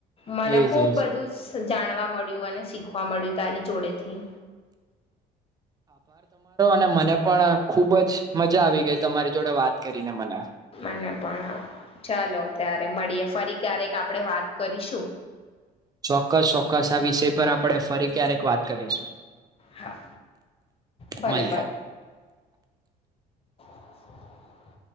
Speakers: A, on the left; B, on the right.
A: મને
B: એજ
A: ખુબ
B: એજ
A: બધું જાણવા મળ્યું અને શીખવા મળ્યું તારી જોડેથી
B: ને મને પણ ખુબ જ મજા આવી ગઈ તમારી જોડે વાત કરીને મને
A: મને પણ ચાલો ત્યારે મળીએે ફરી ક્યારેક આપણે વાત કરીશું.
B: ચોક્કસ ચોક્કસ આ વિષય પર આપણે ફરી ક્યારેક વાત કરીશું
A: હા ભલે
B: મલીએ
A: ભલે. <inaudible>